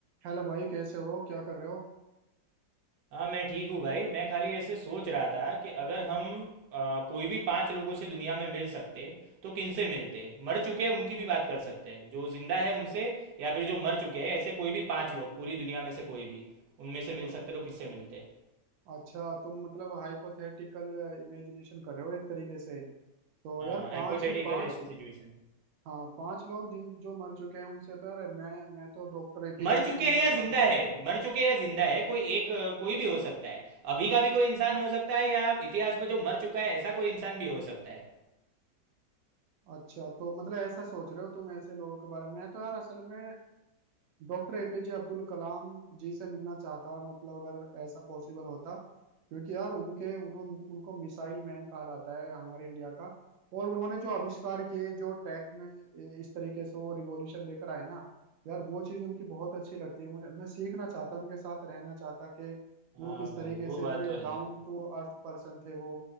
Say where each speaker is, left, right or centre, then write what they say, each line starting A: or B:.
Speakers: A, on the right; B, on the right.
A: हेलो भाई कैसे हो क्या कर रहे हो
B: हाँ मैं ठीक हूँ भाई मैं खाली ऐसे सोच रहा था कि अगर हम आ, कोई भी पांच लोगों से दुनिया में मिल सकते तो किनसे मिलते मर चुके हैं उनकी भी बात कर सकते हैं जो जिंदा है उनसे या फिर जो मर चुके हैं ऐसे कोई भी पांच लोग पूरी दुनिया में से कोई भी उनमें से मिल
A: अ-
B: सकते तो किससे मिलते
A: अच्छा तुम मतलब हाइपोथेटिकल इमेजिनेशन कर रहे हो एक तरीके से तो
B: हाँ
A: यार
B: हाँ हाइपोथेटिकल
A: पांच पांच
B: ऐसे सिचुएशन
A: हाँ पांच लोग जिन जो मर चुके हैं उनसे तो यार मैं मैं तो डॉक्टर एपीजे
B: मर चुके
A: अब्दुल
B: हैं या
A: कलाम
B: जिंदा है मर चुके हैं या जिंदा है कोई एक अ, कोई भी हो सकता है अभी का भी कोई इंसान हो सकता है या इतिहास में जो मर चुका है ऐसा कोई इंसान भी हो सकता है
A: अच्छा तो मतलब ऐसा सोच रहे हो तुम ऐसे लोगों के बारे में मैं तो यार असल में डॉक्टर एपीजे अब्दुल कलाम जी से मिलना चाहता मतलब अगर ऐसा पॉसिबल होता क्योंकि यार उनके उन्होंने उनको मिसाइल मैन कहा जाता है हमारे इंडिया का और उन्होंने जो आविष्कार किए जो टेक में ए, इस तरीके से वो रिवॉल्यूशन लेकर आए ना यार वो चीज़ उनकी बहुत अच्छी लगती है मुझे मैं सीखना चाहता उनके साथ रहना चाहता कि वो
B: हाँ
A: किस
B: भाई
A: तरीके
B: वो
A: से
B: बात
A: इतने
B: तो है
A: डाउन टू अर्थ पर्सन थे वो